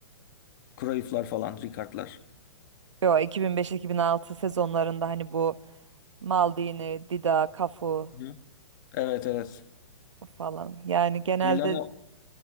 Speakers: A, on the left; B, on the right.
A: Cruyff'lar falan, Rijkaard'lar.
B: Yo 2005-2006 sezonlarında hani bu Maldini, Dida, Cafu
A: Hı. Evet evet.
B: falan. Yani genelde
A: Milano